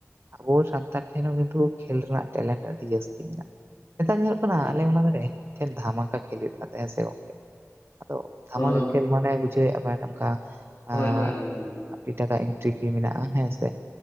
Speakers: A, on the right; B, on the left.
A: ᱟᱵᱚ ᱥᱟᱱᱛᱟᱲ ᱴᱷᱮᱱ ᱦᱚᱸ ᱠᱤᱱᱛᱩ ᱠᱷᱮᱞ ᱨᱮᱱᱟᱜ ᱴᱮᱞᱮᱱᱴ ᱟᱹᱰᱤ ᱡᱟᱹᱥᱛᱤ ᱢᱮᱱᱟᱜᱼᱟ, ᱱᱮᱛᱟᱨ ᱫᱚ ᱠᱟᱱᱟ
B: ᱦᱳᱭ
A: ᱟᱞᱮ ᱚᱱᱟ ᱫᱷᱟᱨᱮ ᱴᱷᱮᱱ ᱫᱷᱟᱢᱟᱠᱟ ᱠᱷᱮᱞ ᱦᱩᱭᱩᱜ ᱠᱟᱱ ᱛᱟᱦᱮᱸ ᱦᱮᱸᱥᱮ ᱜᱚᱝᱠᱮ, ᱟᱫᱚ ᱫᱷᱟᱢᱟᱠᱟ
B: ᱦᱳᱭ
A: ᱠᱷᱮᱞ ᱢᱟᱱᱮ ᱵᱩᱡᱷᱟᱹᱣᱮᱫ ᱟᱵᱮᱱ ᱚᱝᱠᱟ
B: ᱦᱳᱭ
A: ᱮᱸᱜ
B: ᱦᱳᱭ ᱦᱳᱭ
A: ᱟᱹᱰᱤ ᱴᱟᱠᱟ ᱤᱱᱴᱨᱤ ᱯᱷᱤ ᱢᱮᱱᱟᱜᱼᱟ ᱦᱮᱸ ᱥᱮ